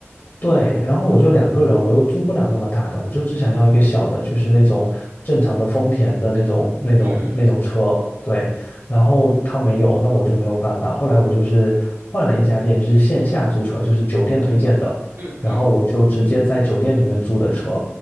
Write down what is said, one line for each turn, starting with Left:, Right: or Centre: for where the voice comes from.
Left: 对，然后我就两个人，我又租不了那么大的，我就只想要一个小的，就是那种正常的丰田的那种、那种、
Right: 嗯
Left: 那种车。对，然后他没有，那我就没有办法。后来我就是换了一家店，就是线下租车，就是酒店推荐的，
Right: 嗯嗯，
Left: 然后我就直接在酒店里面租的车。